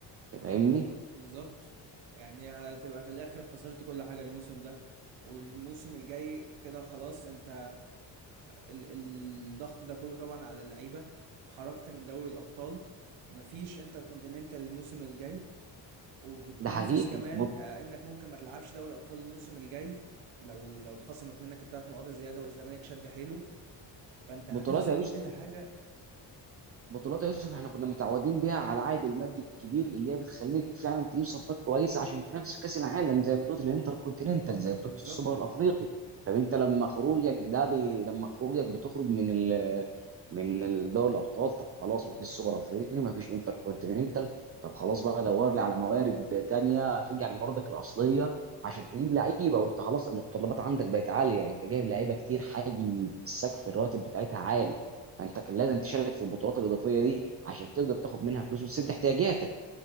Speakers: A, on the right (about 35°); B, on the right (about 80°).
A: انت فاهمني
B: بالظبط يعني هتبقى في الاخر خسرت كل حاجة الموسم ده والموسم الجاي كده خلاص انت ال- ال- الضغط ده كله طبعا على اللعيبة خرجت من دوري الابطال مفيش انتر كونتيننتال الموسم الجاي وبتنافس
A: ده حقيقي
B: كمان
A: بط-
B: آه، انك ممكن ما تلعبش دوري ابطال الموسم الجاي لو لو اتخصمت منك الثلاث نقاط الزياده والزمالك شد حيله فانت هتخسر
A: بطولات يا يوسف
B: كل حاجه
A: بطولات يا يوسف احنا كنا متعودين بيها على العائد المادي الكبير اللي هي بتخليك فعلا تجيب صفقات كويسه عشان تنافس في كاس العالم زي بطوله الانتر كونتيننتال زي بطوله
B: بالظبط
A: السوبر الافريقي طب انت لما خروجك ده بي... لما خروجك بتخرج من ال... من ال- دوري الابطال طب خلاص ما فيش سوبر افريقي ما فيش انتر كونتيننتال طب خلاص بقى دور لي على موارد تانية ترجع لمواردك الاصليه عشان تجيب لعيبه وانت خلاص المتطلبات عندك بقت عاليه انت جايب لعيبه كتير حجم السقف الراتب بتاعتها عالي فانت كان لازم تشارك في البطولات الاضافيه دي عشان تقدر تاخد منها فلوس وتسد احتياجاتك